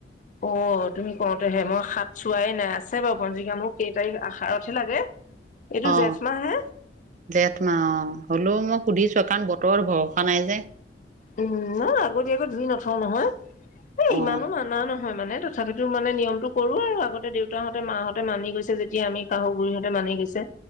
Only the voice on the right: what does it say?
অ
'জেঠ মাহ অ' হ'লেও মই সুধিছো! কাৰণ বতৰৰ ভৰসা নাই যে।
অ